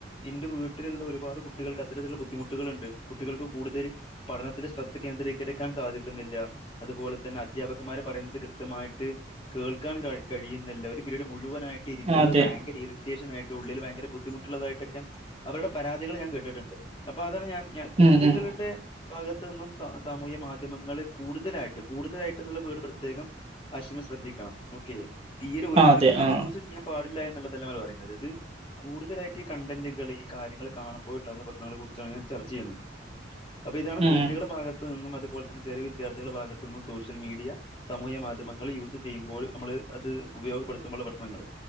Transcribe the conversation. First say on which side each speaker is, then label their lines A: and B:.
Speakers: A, on the left; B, on the right.
A: ഇന്റെ വീട്ടിലുള്ള ഒരുപാട് കുട്ടികൾക്ക് അത്തരത്തിലുള്ള ബുദ്ധിമുട്ടുകളുണ്ട് കുട്ടികൾക്ക് കൂടുതല് പഠനത്തിൽ ശ്ര ദ്ധ കേന്ദ്രീകരിക്കാൻ സാധിക്കുന്നില്ല അതുപോലെ തന്നെ അധ്യാപകന്മാര് പറയുന്നത് കൃത്യമായിട്ട് കേൾക്കാൻ കഴി കഴിയുന്നില്ല ഒരു പിരീഡ് മുഴുവനായിട്ട് ഇരിക്കുന്നത്
B: അതെ
A: ഭയങ്കര ഇറി റ്റേഷനായിട്ട് ഉള്ളിൽ ഭയങ്കര ബുദ്ധിമുട്ടുള്ളതായിട്ടൊക്കെ അവരുടെ പരാതികള് ഞാൻ കേട്ടിട്ടുണ്ട് അപ്പോ അതാണ് ഞാൻ ഞാൻ കുട്ടികളുടെ
B: ഉം ഉം
A: ഭാഗത്ത് നിന്നും സ സാമൂഹ്യ മാധ്യമങ്ങളിൽ കൂടുതലായിട്ട് കൂടുതലായിട്ട് എന്നുള്ള വേഡ് പ്രത്യേകം ആശിം ശ്രദ്ധിക്കണം. ഓക്കെ തീരെ ഒരു
B: ആ അതെ
A: ഒരിക്കലും
B: ആ
A: യൂസ് ചെയ്യാൻ പാടില്ല എന്നുള്ള <unintelligible> കൂടുതലായിട്ട് ഈകണ്ടെന്റുകള് ഈ കാര്യങ്ങൾ കാണുമ്പോൾ ഉണ്ടാവുന്ന പ്രശ്നങ്ങളെ കുറിച്ചാണ് ഞാൻ ചർ <unintelligible> അപ്പൊ ഇതാണ്
B: ഉം
A: കുട്ടികളുടെ ഭാഗ ത്ത്ന്ന് അതുപോലെതന്നെ ചെറിയ വിദ്യാർത്ഥികളെ ഭാഗത്തു നിന്നും സോഷ്യൽ മീഡിയ സാമൂഹ്യ മാധ്യമങ്ങൾ യൂസ് ചെയ്യുമ്പോൾ നമ്മള് അത് ഉപയോഗപെടുത്തുമ്പള്ള പ്രശ്ണങ്ങൾ